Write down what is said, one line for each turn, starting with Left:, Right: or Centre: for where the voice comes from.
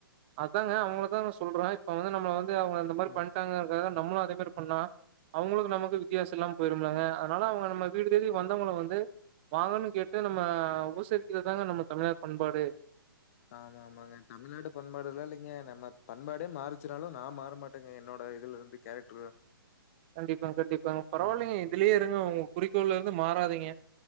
Right: அதாங்க அவுங்கள தா சொல்றேன் இப்ப வந்து நம்மள வந்து அவுங்க அந்த மாரி
Left: ம்.
Right: பண்டாங்க அதுகாக நம்மளு <unintelligible> பண்ணா அவுங்களுக்கு நமக்கு வித் வித்தியாசம்லாம் போயிரமிலங்க அதனால அவுங்க நம்ம வீடு தேடி வந்தவங்கள வந்து வாங்க கேட்டு நம்ம உபசரிக்கிறதுதாங்க நம்ம தமிழர் பண்பாடு
Left: ஆமா ஆமாங்க தமிழ்நாடு பண்பாடுலாம் இல்லைங்க நம்ம பண்பாடே மாறிச்சுனாலும் நா மாறமாட்டேங்க என்னோட இதுல இருந்து கேரக்டர்
Right: கண்டிப்பா கண்டிப்பாங்க பரவாயில்லிங்க
Left: ம்.
Right: இதுலயே இருங்க உங்க குறிக்கோள் ந்து மாறாதீங்க